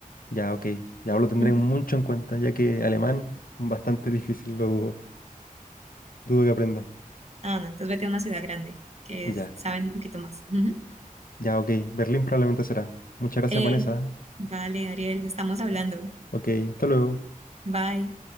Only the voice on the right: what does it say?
Ujú.
Ah, no, entonces vete a una ciudad grande que
es- saben un poquito más. Ujú.
Eh,
vale, Ariel, estamos hablando.
Bye.